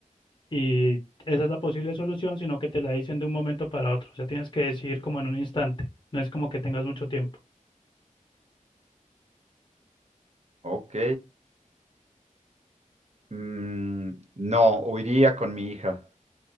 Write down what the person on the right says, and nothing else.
ok. Mm, no, huiría con mi hija